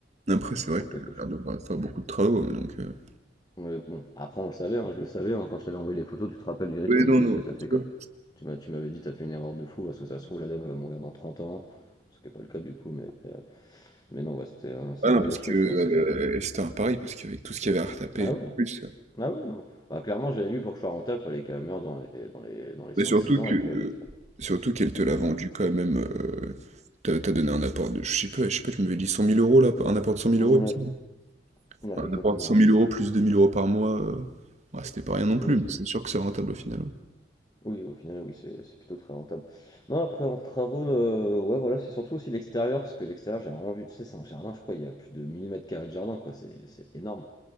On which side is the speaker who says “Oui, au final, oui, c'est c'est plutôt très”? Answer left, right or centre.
Left